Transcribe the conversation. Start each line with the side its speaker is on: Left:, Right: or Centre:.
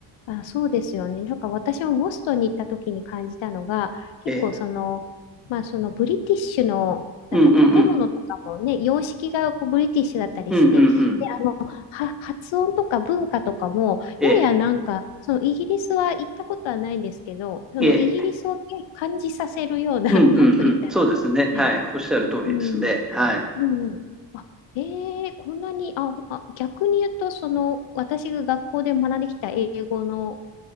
Left: あ、そうですよね。なんか私もボストンに行った時に感じたのが、結構その、
Centre: ええ。
Left: まあそのブリティッシュの、
Centre: うんうんうん。
Left: なんか建物とかもね、様式がこうブリティッシュだったりして、
Centre: うんうんうん。
Left: で、あの、は、発音とか文化とかも、
Centre: ええ。
Left: ややなんか、そのイギリスは行ったことはないんですけど、そのイギリスをね感じさせるような、
Centre: ええ。うんうんうん。
Left: <laughs> なんと言ったらいいですかね。
Centre: そうですね。はい。おっしゃる通りですね。
Left: うん。
Centre: はい。
Left: うんうん。あ、ええこんなに、あ、あ、逆に言うと、その、私が学校で学んできた英語の、